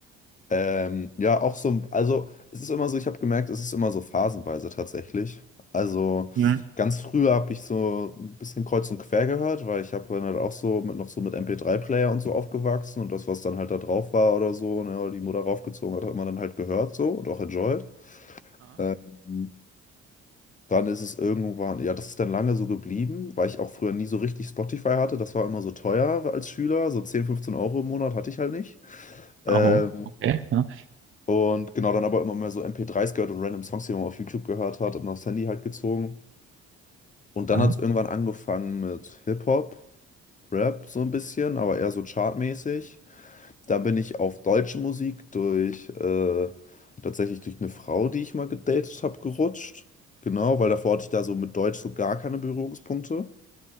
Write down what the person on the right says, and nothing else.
Mhm.
Oh, okay. Ja,
ja,